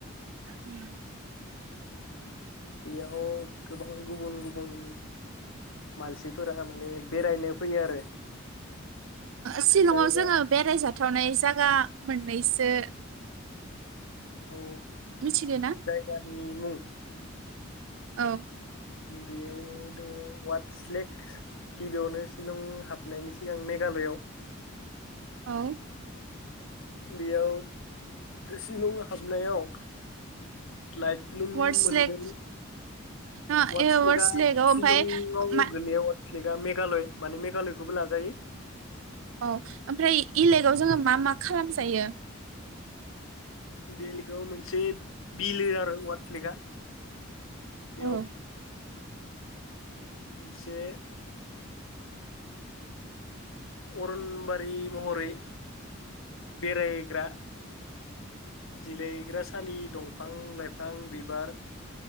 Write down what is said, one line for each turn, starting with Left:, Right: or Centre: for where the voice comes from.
Right: उम।
Left: बेयाव गोबां गुबुन गुबुन मानसिफोरा माने बेरायनो फैयो आरो
Right: शिलंआव
Left: जायगा
Right: जोङो बेरायजाब थावनाय जायगा मोननैसो
Left: औ
Right: मिथिगो ना
Left: जायगानि मुं
Right: औ।
Left: बेयाव नोङ वार्ड सलेक् गिबियावनो शिलं हाबनायनि सिगां मेघालयआव
Right: औ।
Left: बेयाव शिलं हाबनायाव लाइट लुम
Right: वार्स
Left: मोनगोन
Right: लेक ओ
Left: वाटसलेकआ
Right: ए वार्स लेकआव
Left: सिलंआव
Right: ओमफाय मा
Left: गोलैया लेकआ मेघालय माने मेघालयखौबो लाजायो।
Right: औ ओमफ्राय इलेगाव जोङो मा मा खालामजायो?
Left: बेलेगाव मोन से बिलो आरो वात फ्लिगा बेयाव
Right: औ
Left: मोनसे अरनबारि महरै बेराय ग्रा जिलायग्रा सालि दं। फां लाइफां बिबार